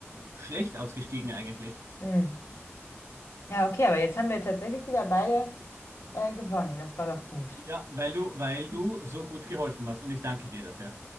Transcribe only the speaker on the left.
Hm. Ja, okay, aber jetzt haben wir tatsächlich wieder beide äh, gewonnen. Das war doch gut.